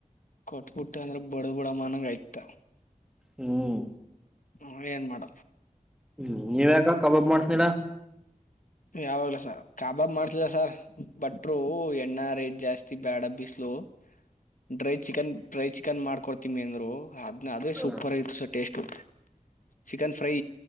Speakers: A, on the left; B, in the centre.
A: ಕೊಟ್ಬಿಟ್ಟ ಅಂದ್ರೆ ಬಡ ಬಡಮನಂಗ ಆಯ್ತ
B: ಹ್ಮ್
A: ಹ್ಮ ಏನ್ ಮಾಡ
B: ಹ್ಮ್ ನೀವ ಯಾಕ ಕಬಾಬ್ ಮಾಡ್ಸನಿಲ್ಲಾ
A: ಯಾವಾಗ್ಲ ಸರ್ ಕಾಬಾಬ್ ಮಾಡ್ತಿದ ಸರ್ ಬಟ್ರು ಎಣ್ಣಾ ರೇಟ್ ಜಾಸ್ತಿ ಬ್ಯಾಡ ಬಿಸ್ಲು ಡ್ರೈ ಚಿಕನ್ ಡ್ರೈ ಚಿಕನ್ ಮಾಡ್ಕೊಡ್ತೀಮಿ ಅಂದ್ರು ಅದ್ನ ಅದೇ
B: ಹ್ಮ್
A: ಸೂಪರ್ ಆಗಿತ್ತು ಸ ಟೇಸ್ಟ್ ಉ ಚಿಕನ್ ಫ್ರೈ